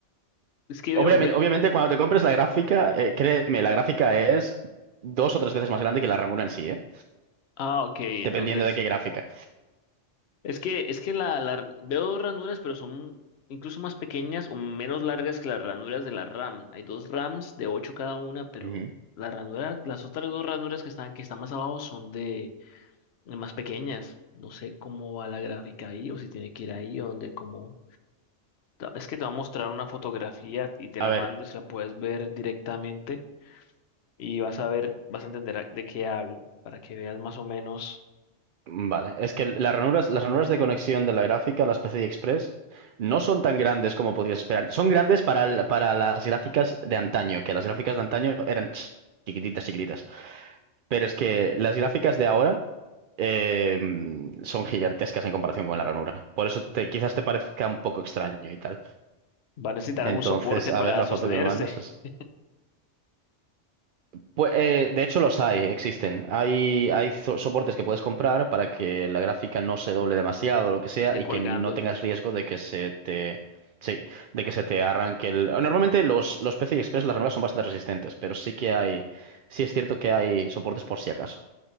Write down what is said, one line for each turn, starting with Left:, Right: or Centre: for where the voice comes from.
Left: Es que
Right: Obviamente,
Left: veo, ve-
Right: obviamente, cuando te compres la gráfica, eh, créeme, la gráfica es dos o tres veces más grande que la ranura en sí, ¿eh?
Left: ah, ok,
Right: Dependiendo
Left: entonces
Right: de qué gráfica.
Left: Es que, es que la, la- veo ranuras, pero son incluso más pequeñas o menos largas que las ranuras de la RAM. Hay dos RAMs de 8 cada una, pero
Right: Ujú.
Left: la ranura, las otras dos ranuras que están, que están más abajo son de, de más pequeñas. No sé cómo va la gráfica ahí o si tiene que ir ahí o donde como... Es que te va a mostrar una fotografía y te
Right: A
Left: la
Right: ver.
Left: mando si la puedes ver directamente y vas a ver, vas a entender a- de qué hablo para que veas más o menos.
Right: Vale, es que las ranuras, las ranuras de conexión de la gráfica, las PCI Express, no son tan grandes como podrías esperar. Son grandes para, el- para las gráficas de antaño, que las gráficas de antaño eran chi- chiquititas, chiquititas. Pero es que las gráficas de ahora eh, son gigantescas en comparación con la ranura. Por eso te, quizás te parezca un poco extraño y tal.
Left: Va a necesitar
Right: Entonces,
Left: algún soporte
Right: a
Left: para
Right: ver la
Left: sostenerse.
Right: foto que me mandas.
Left: <laughs>
Right: Pues, eh, de hecho los hay, existen. Hay, hay so- soportes que puedes comprar para que la gráfica no se doble demasiado o lo que sea
Left: No esté
Right: y
Left: colgando.
Right: que no tengas riesgo de que se te, sí, de que se te arranque el... Normalmente los, los PCI Express, las ranuras son bastante resistentes, pero sí que hay, sí es cierto que hay soportes por si acaso.